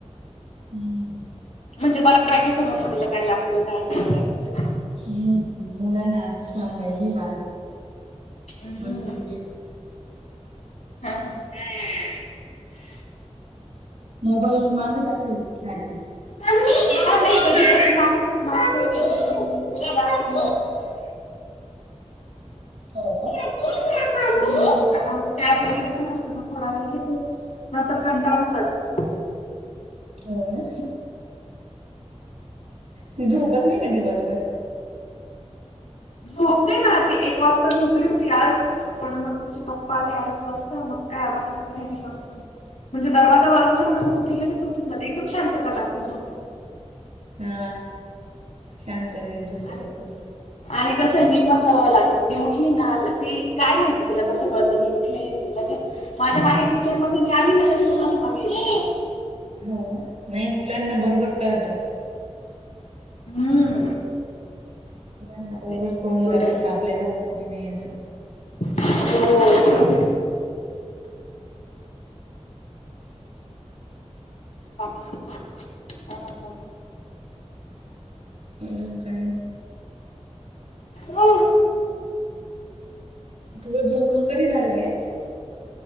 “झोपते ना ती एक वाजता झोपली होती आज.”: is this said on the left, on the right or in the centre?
Left